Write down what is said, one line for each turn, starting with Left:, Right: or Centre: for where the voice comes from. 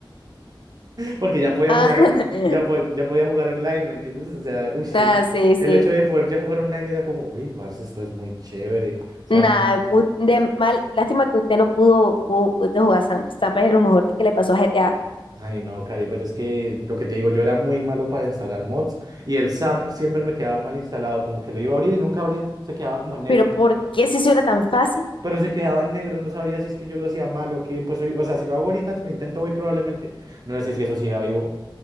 Right: porque ya podía
Left: Ah,
Right: jugar,
Left: <laughs>
Right: ya, po- ya podía jugar online, ¿me entiendes? O sea, uy, sí,
Left: ah, sí, sí.
Right: el hecho de poder ya jugar online era como, uy, parce, esto es muy chévere. O sea,
Left: Nada,
Right: me-
Left: u- de mal, lástima que usted no pudo, pudo, pudiste jugar Sam. Sam es lo mejor que le pasó a GTA.
Right: ay, no, Cari, pero es que lo que te digo, yo era muy malo para instalar mods y el SAMP siempre me quedaba mal instalado, como que lo iba a abrir y nunca abría, se quedaba como en negro.
Left: Pero ¿por qué si eso era tan fácil?
Right: Pero se quedaba en negro, no sabía si es que yo lo hacía mal o qué, pues, hoy- o sea, si lo hago ahorita, si lo intento hoy probablemente, no sé si eso siga vivo.